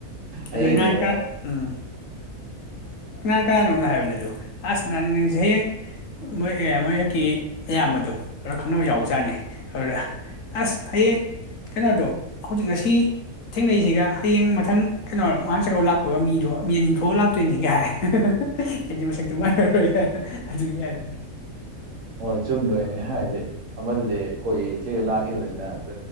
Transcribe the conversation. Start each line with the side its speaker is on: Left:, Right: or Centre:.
Right: ꯍꯌꯦꯡꯗꯤ
Left: ꯑꯗꯨ ꯏꯍꯀ
Right: ꯑꯃꯨꯛ
Left: ꯎꯝ ꯉꯅꯥ ꯀꯥꯅꯣꯅ ꯍꯥꯏꯕꯅꯦ ꯑꯗꯨꯣ ꯑꯁꯅ ꯅꯪꯁꯤ ꯍꯌꯦꯡ ꯃꯣꯏ ꯑꯦ ꯃꯣꯏ ꯍꯦꯛꯀꯤ ꯑꯌꯥꯝꯕꯗꯨ ꯈꯔ ꯈꯪꯅꯕ ꯌꯥꯎꯕꯖꯥꯠꯅꯤ ꯑꯗꯨꯗ ꯑꯁ ꯍꯌꯦꯡ ꯀꯩꯅꯣꯗꯣ ꯍꯧꯖꯤꯛ ꯉꯁꯤ ꯊꯦꯡꯅꯔꯤꯁꯤꯒ ꯍꯌꯦꯡ ꯃꯊꯪ ꯀꯩꯅꯣ ꯃꯥꯟ ꯆꯥꯛꯀꯧ ꯂꯥꯛꯄꯒ ꯃꯤꯗꯣ ꯃꯤ ꯑꯅꯤ ꯊꯣꯛꯑ ꯂꯥꯛꯇꯣꯏꯅꯤꯒ ꯍꯥꯏꯔꯦ ꯍꯥꯏꯗꯤ ꯃꯁꯛꯇꯨ ꯃꯥꯏꯅꯔꯣꯏꯒ ꯑꯗꯨ ꯌꯥꯕꯅꯤ
Right: ꯍꯣꯏ ꯆꯨꯝꯗꯣꯏꯅꯦ ꯍꯥꯏꯗꯤ ꯃꯗꯨꯗꯤ ꯀꯣꯏ ꯆꯦ ꯂꯥꯛꯈꯤꯕꯅꯤꯅ ꯑꯗꯨ